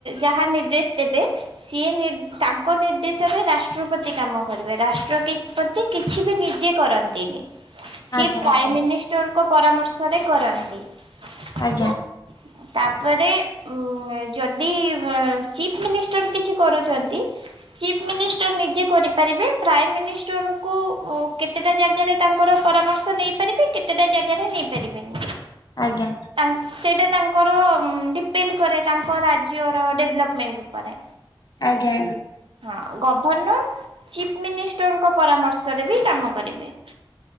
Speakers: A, on the right; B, on the left.
A: ଯାହା ନିର୍ଦ୍ଦେଶ ଦେବେ। ସିଏ ନିର୍ ତାଙ୍କ ନିର୍ଦ୍ଦେଶରେ ରାଷ୍ଟ୍ରପତି କାମ କରିବେ ରାଷ୍ଟ୍ରପତି କିଛି ବି ନିଜେ କରନ୍ତିନି। ସେ
B: ଆଜ୍ଞା
A: ପ୍ରାଇମ
B: ଆଜ୍ଞା
A: ମିନିଷ୍ଟରକୁ ଲୋକଙ୍କ ପରାମର୍ଶରେ କରନ୍ତି।
B: ଆଜ୍ଞା
A: ହେଲା ତାପରେ ଉ ଯଦି ଏମ୍ ଚିଫ ମିନିଷ୍ଟର କିଛି କରୁଛନ୍ତି ଚିଫ୍ ମିନିଷ୍ଟର ନିଜେ କରି ପାରିବେ ପ୍ରାଇ ମିନିଷ୍ଟର ଙ୍କୁ କେତେଟା ଜାଗାରେ ତାଙ୍କର ପରାମର୍ଶ ନେଇପାରି ସେ କେତେଟା ଜାଗାରେ ନେଇପାରିବେନି?
B: ଆଜ୍ଞା ଆଜ୍ଞା
A: ତାଙ୍କ ସେଇଟା ତାଙ୍କ ର ଡିପେଣ୍ଡ କରେ ତାଙ୍କ ରାଜ୍ୟର ଡେଭଲପମେଣ୍ଟ ଉପରେ।
B: ଆଜ୍ଞା
A: ହଁ ଗଭର୍ଣ୍ଣର ଚିଫ ମିନିଷ୍ଟରଙ୍କ ପରାମର୍ଶରେ ବି କାମ କରିବେ।